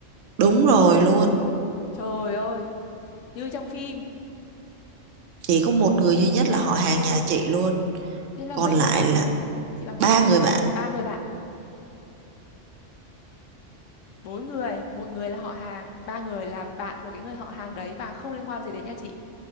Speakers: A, on the right; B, on the left.
A: đúng rồi luôn
B: trời ơi như trong phim
A: Chỉ có một
B: không
A: người
B: nghĩ
A: duy nhất
B: là
A: là họ hàng nhà chị luôn.
B: thế là
A: Còn
B: mấy
A: lại
B: người bạn
A: là
B: chị bảo mấy
A: ba
B: người bạn
A: người bạn.
B: ba người bạn bốn người một người là họ hàng ba người là bạn của cái người họ hàng đấy và không liên quan gì đến nhà chị